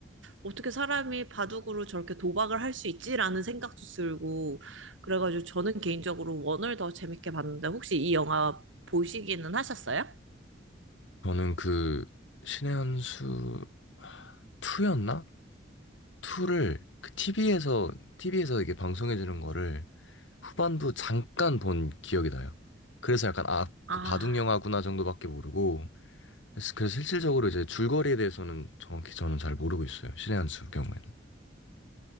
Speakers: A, on the right (about 80°); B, on the left (about 75°).
A: 어떻게 사람이 바둑으로 저렇게 도박을 할 수 있지라는 생각도 들고 그래가지고 저는 개인적으로 원을 더 재밌게 봤는데 혹시 이 영화 보시기는 하셨어요?
B: 저는 그, 신의 한 수, 투였나? 투를 그 TV에서, 티비에서 이게 방송해주는 거를 후반부 잠깐 본 기억이 나요. 그래서 약간 아,
A: 아.
B: 그 바둑 영화구나 정도밖에 모르고 그래서 그래서 실질적으로 이제 줄거리에 대해서는 정확히 저는 잘 모르고 있어요. 신의 한수 경우에는.